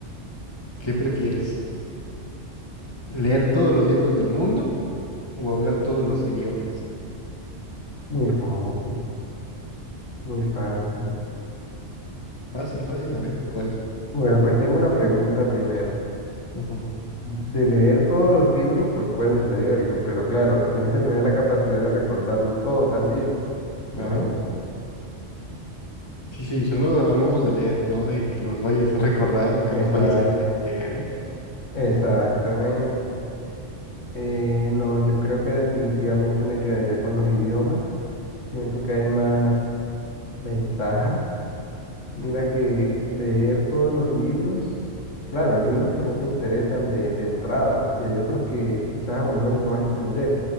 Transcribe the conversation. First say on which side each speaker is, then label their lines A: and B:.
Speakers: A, on the left (about 20°); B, on the left (about 80°).
A: ¿Qué prefieres? ¿Leer todos los libros del mundo o hablar todos los idiomas?
B: muy fácil, muy fácil.
A: Fácil, fácil, a ver, ¿cuál?
B: Bueno, pues tengo una pregunta primero.
A: Ujú,
B: De leer todos los libros, pues puedes leerlo, pero claro, tienes que tener la capacidad de recordarlos todo también.
A: Claro.
B: Imagínate.
A: Sí, sí, solo hablamos de leer, no de que los vayas a recordar o que
B: Exacto,
A: los vayas a entender, ¿eh?
B: exactamente. Eh, no, yo creo que definitivamente me quedaría con los idiomas. Siento que hay más ventajas Mira que leer todos los libros, claro, hay libros que no te interesan de, de entrada y hay otros que quizás a lo mejor y no vas a entender.